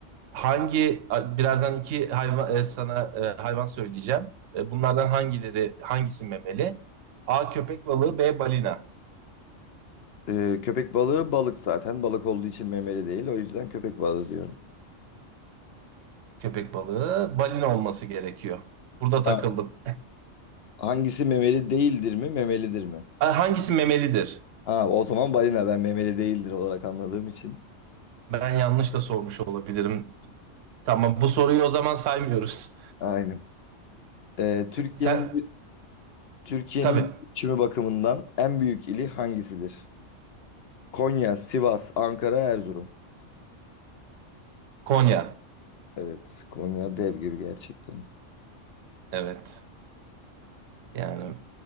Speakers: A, on the right; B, on the left.
A: hangi birazdan iki hayvan e, sana e, hayvan söyleyeceğim. E, bunlardan hangileri hangisi memeli? A köpek balığı, B balina.
B: E, köpek balığı balık zaten. Balık olduğu için memeli değil. O yüzden köpek balığı diyorum.
A: Köpek balığı, balina olması gerekiyor. Burada
B: Ha,
A: takıldım.
B: hangisi memeli değildir mi, memelidir mi?
A: A, hangisi memelidir?
B: Ha, o zaman balina ben memeli değildir olarak anladığım için.
A: Ben yanlış da sormuş olabilirim. Tamam, bu soruyu o zaman saymıyoruz.
B: Aynen. E,
A: Sen,
B: Türkiye'nin
A: sen
B: Türkiye'nin
A: tabii
B: göçümü bakımından en büyük ili hangisidir? Konya, Sivas, Ankara, Erzurum.
A: Konya.
B: Evet, Konya dev gibi gerçekten.
A: Evet. Yani